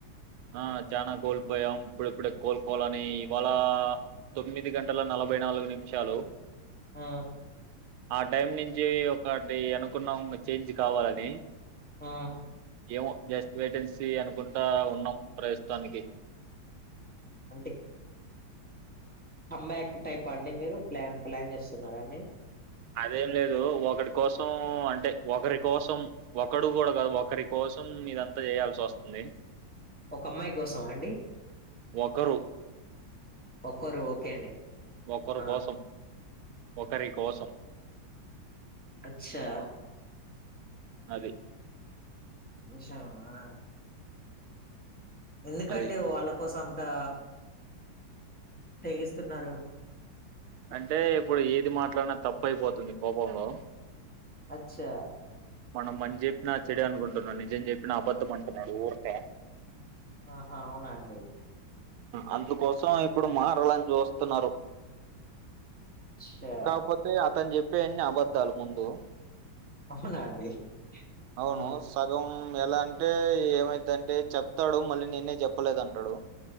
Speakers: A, on the right; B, in the centre.
A: ఆ చానా కోల్పోయాం ఇప్పుడ ఇప్పుడే కోలుకోవాలని ఇవాళా తొమ్మిది గంటల నలభై నాలుగు నిమిషాలు
B: ఆ
A: ఆ టైం నుంచి ఒకటి అనుకున్నాం చేంజ్ కావాలని
B: ఆ
A: ఏమో జస్ట్ వైట్ అండ్ సి అనుకుంటా ఉన్నాం ప్రస్తుతానికి
B: అంటే కామ్ బ్యాక్ టైప్ హ అండి మీరు ప్లాన్ ప్లాన్ చేస్తున్నారా అండి
A: అది లేదు ఒకడి కోసం అంటే ఒకరి కోసం ఒకడు కూడా కాదు ఒకరి కోసం ఇదంతా చేయాల్సి వస్తుంది
B: ఒక అమ్మాయి కోసమాండి
A: ఒకరు
B: ఒక్కరు ఓకే అండి
A: ఒకరు
B: ఆ
A: కోసం ఒకరి కోసం
B: అచ్చా
A: అది
B: దోషా ఆ ఎందుకండి
A: అది
B: వాళ్ళ కోసం అంతా తెేగిస్తున్నారు
A: అంటే ఇప్పుడు ఏది మాట్లాడినా తప్పు అయిపోతుంది కోపంలో
B: అచ్చా
A: మనం మంచి చెప్పినా చెడు అనుకుంటున్నా నిజం చెప్పినా అబద్ధం అంటున్నాడు ఊరికే
B: ఆహా అవునా అండి
A: అందుకోసం ఇప్పుడు మారాలని చూస్తున్నారు
B: అచ్చా
A: కాపోతే అతను చెప్పే అన్ని అబద్ధాలు ముందు
B: అవునా అండి
A: అవును
B: ఆ
A: సగం ఎలా అంటే ఏమైద్దంటే చెప్తాడు మళ్ళీ నేనే చెప్పలేదంటాడు